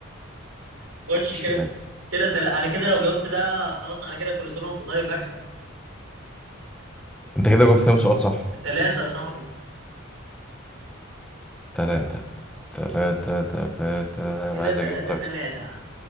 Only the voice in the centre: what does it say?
ماشي
ماشي
انت كده جبت كام سؤال صح
تلاتة تلاتة تلاتة
انا عايز
اجيب لك